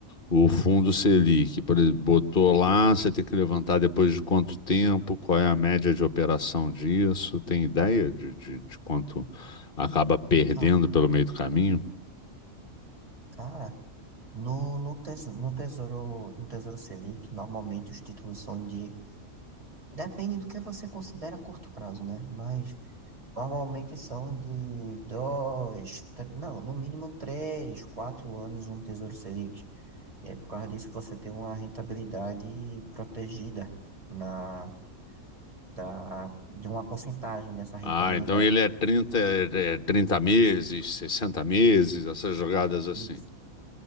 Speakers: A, on the left; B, on the right.
A: o fundo Selic, por exemplo, botou lá, você tem que levantar depois de quanto tempo? Qual é a média de operação disso? Tem ideia de, de, de quanto acaba perdendo
B: Ah,
A: pelo meio do caminho?
B: cara, no, no, tesouro, no tesouro, no Tesouro Selic, normalmente os títulos são de Depende do que você considera curto prazo, né? Mas normalmente são de dois, tre- não, no mínimo três, quatro anos um Tesouro Selic. E aí, por causa disso, você tem uma rentabilidade protegida na, da, de uma porcentagem dessa rentabilidade.
A: Ah, então ele é 30 é 30 meses, 60 meses, essas jogadas assim.
B: Isso,